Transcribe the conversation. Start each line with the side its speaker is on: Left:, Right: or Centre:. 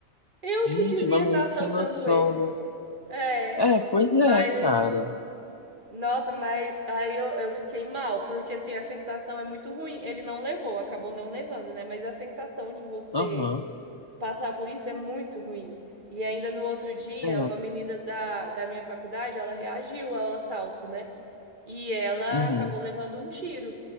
Right: eu
Left: Gente,
Right: que devia
Left: mas muito
Right: estar assaltando
Left: sem noção,
Right: ele.
Left: né?
Right: É,
Left: É, pois é,
Right: mas
Left: cara.
Right: nossa, mas aí eu, eu fiquei mal, porque assim, a sensação é muito ruim. Ele não levou, acabou não levando, né? Mas a sensação de você
Left: Aham.
Right: passar por isso é muito ruim. E ainda no outro dia,
Left: É.
Right: uma menina da, da minha faculdade, ela reagiu ao assalto, né? E ela
Left: Uhum.
Right: acabou levando um tiro,